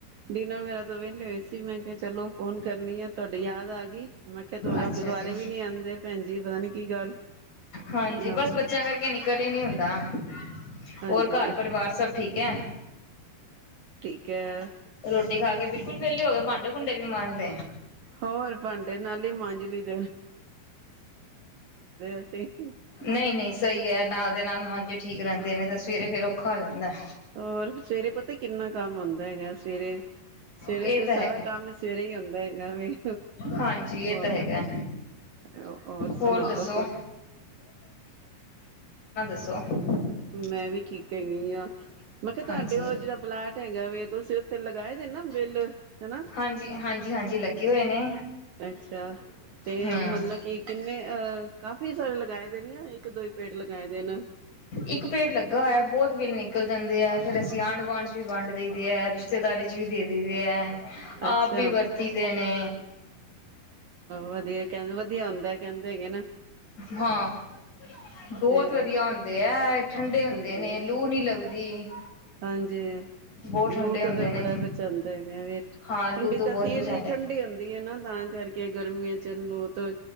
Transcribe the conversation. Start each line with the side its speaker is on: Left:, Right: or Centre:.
Right: ਡਿਨਰ ਵਗੈਰਾ ਤੋਂ ਵੇਲੇ ਹੋਏ ਮੈਂ ਕਿਹਾ ਚਲੋ ਫੋਨ ਕਰਨੀ ਆ ਤੁਹਾਡੀ ਯਾਦ ਆ ਗਈ। ਮੈਂ ਕਿਆ ਦੋਦੋ
Left: ਅੱਛਾ
Right: ਗੁਰਦੁਆਰੇ
Left: ਜੀ
Right: ਵੀ ਨੀ ਆਂਦੇ ਭੈਣ ਜੀ ਪਤਾ ਨੀ ਕੀ ਗੱਲ
Left: ਹਾਂਜੀ
Right: ਆਹੋ
Left: ਬਸ ਬੱਚਿਆਂ ਕਰਕੇ ਨਿਕਲ ਈ ਨੀ ਹੁੰਦਾ। <unintelligible>
Right: ਹਾਂਜੀ
Left: ਹੋਰ ਘਰ ਪਰਿਵਾਰ ਸਭ ਠੀਕ ਹੈ।
Right: ਕੇ <unintelligible>
Left: ਰੋਟੀ ਖਾ ਕੇ ਬਿਲਕੁਲ ਵੇਲੇ ਹੋ ਗਏ ਭਾਂਡੇ ਭੁੰਡੇ ਵੀ ਮਾਂਜਲੇ?
Right: ਹੋਰ ਭਾਂਡੇ ਨਾਲ ਹੀ ਮਾਂਜਲੀ ਦਿਲ। ਅਸੀਂ
Left: ਨਈ ਨਈ ਸਹੀ ਹੈ ਨਾਲ ਦੇ ਨਾਲ ਮਨਜੇ ਠੀਕ ਰਹਿੰਦੇ ਨੇ ਤਾਂ ਸਵੇਰੇ ਫੇਰ ਉਹ ਖਾਂ ਹੋ ਜਾਂਦਾ ਐ।
Right: ਹੋਰ ਸਵੇਰ ਪਤਾ ਕਿੰਨਾ ਕੰਮ ਹੁੰਂਦਾ ਹੈਗਾ ਸਵੇਰੇ, ਸਵੇਰੇ
Left: ਇਹ
Right: ਤੇ
Left: ਤਾਂ
Right: ਸਾਰਾ
Left: ਹੈ
Right: ਕੰਮ ਸਵੇਰੇ ਹੀ ਹੁੰਦਾ ਹੈਗਾ ਵੇ,
Left: ਹਾਂਜੀ ਇਹ
Right: ਐਰ
Left: ਤਾਂ ਹੈਗਾ
Right: -ਐਰ ਸੁਣਾਓ।
Left: ਹੋਰ ਦੱਸੋ ਦ ਸੌ <unintelligible>
Right: ਮੈਂ ਵੀ ਠੀਕ ਹੈਗੀ ਆ। ਮੈਂ ਕਿਹਾ ਤੁਹਾਡੇ
Left: ਹਾਂਜੀ
Right: ਵਲ ਜਿਹੜਾ ਪਲਾਟ ਹੈਗਾ ਵੇ ਤੁਸੀਂ ਉੱਥੇ ਲਗਾਏ ਦੇ ਨਾ ਬਿੱਲ? ਹਨਾ
Left: ਹਾਂਜੀ ਹਾਂਜੀ ਹਾਂਜੀ ਲੱਗੇ ਹੋਏ ਨੇ
Right: ਅੱਛਾ ਤੇ
Left: ਹਮ
Right: ਮਤਲਬ ਕਿ ਕਿੰਨੇ ਅਹ ਕਾਫੀ ਸਾਰੇ ਲਗਾਏ ਦੇ ਇੱਕ ਦੋ ਹੀ ਪੇੜ ਲਗਾਏ ਦੇ ਨੇ।
Left: ਇੱਕ ਪੇੜ ਲੱਗਾ ਹੋਇਆ ਬਹੁਤ ਬਿੱਲ ਨਿਕਲ ਜਾਂਦੇ ਆ। ਫੇਰ ਆਂਢ ਗੁਆਂਢ ਚ ਵੀ ਵੰਡ ਦਈਦੇ ਐ। ਰਿਸ਼ਤੇਦਾਰੀ 'ਚ ਵੀ ਦੇ ਦਈ, ਹੈ
Right: ਅੱਛਾ
Left: ਆਪ ਵੀ ਵਰਤੀ ਦੇ ਨੇ।
Right: ਵਧੀਆ ਕਹਿੰਦੇ, ਵਧੀਆ ਹੁੰਦਾ ਕਹਿੰਦੇ ਹੈਗੇ ਹਨ।
Left: ਹਾਂ, ਬਹੁਤ
Right: ਤੇ
Left: ਵਧੀਆ ਹੁੰਦੇ ਹੈ। ਠੰਡੇ ਹੁੰਦੇ
Right: ਹਾਂਜੀ
Left: ਨੇ, ਲੂ ਨੀ ਲੱਗਦੀ।
Right: ਹਾਂਜੀ,
Left: ਬਹੁਤ
Right: ਲੂ
Left: ਠੰਡੇ ਹੁੰਦੇ
Right: ਤੋਂ ਤੇ ਬੜਾ
Left: ਨੇ।
Right: ਬਚਾਂਦਾ ਹੈਗਾ ਵੇ।
Left: ਹਾਂ
Right: ਠੰਡੀ
Left: ਲੂ ਤੋਂ
Right: ਤਾਂ,
Left: ਬਹੁਤ
Right: ਸੀਰ
Left: ਬਚਾਉਂਦਾ
Right: ਦੀ ਠੰਢਡੀ ਹੁੰਦੀ ਹੈ ਨਾ, ਤਾਂ ਗਰਮੀਆਂ ਚੱਲੋ ਤਾਂ,